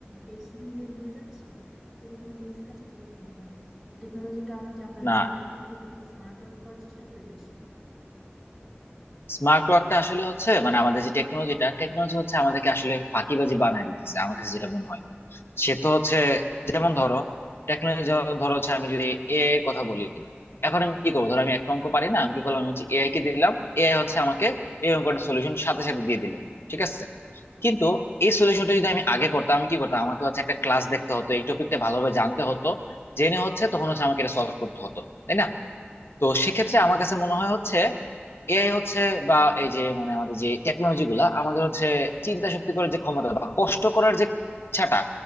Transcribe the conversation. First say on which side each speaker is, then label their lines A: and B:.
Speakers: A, in the centre; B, on the left.
A: বেশি নিয়ে নিয়ে যাচ্ছে এতে কি কোনো রিস্ক আছে তোমার কি মনে হয় টেকনোলজির কারণে কি আমরা
B: না
A: হার্ড ওয়ার্কটা ভুলে গিয়ে স্মার্ট ওয়ার্ক করার চেষ্টা করি বেশি
B: স্মার্ট ওয়ার্কটা আসলে হচ্ছে মানে আমাদের যে টেকনোলজিটা টেকনোলজি হচ্ছে আমাদেরকে আসলে ফাঁকিবাজি বানায় দিতেছে আমার কাছে যেটা মনে হয় সে তো হচ্ছে যেমন ধরো টেকনোলজি ধরো হচ্ছে আমি যদি এআই এর কথা বলি এখন আমি কি করবো ধরো আমি একটা অঙ্ক পারি না আমি কি করলাম আমি হচ্ছে এআই কে দিলাম এআই হচ্ছে আমাকে এই অঙ্কটা সলিউশন সাথে সাথে দিয়ে দিল ঠিক আছে কিন্তু এই সলিউশনটা যদি আমি আগে করতাম আমি কি করতাম আমাকে হচ্ছে একটা ক্লাস দেখতে হতো এই টপিকটা ভালোভাবে জানতে হতো জেনে হচ্ছে তখন হচ্ছে আমাকে এটা সলভ করতে হতো তাই না তো সেক্ষেত্রে আমার কাছে মনে হয় হচ্ছে এআই হচ্ছে বা এই যে মানে আমাদের যে টেকনোলজি গুলা আমাদের হচ্ছে চিন্তা শক্তি করার যে ক্ষমতা বা কষ্ট করার যে ইচ্ছাটা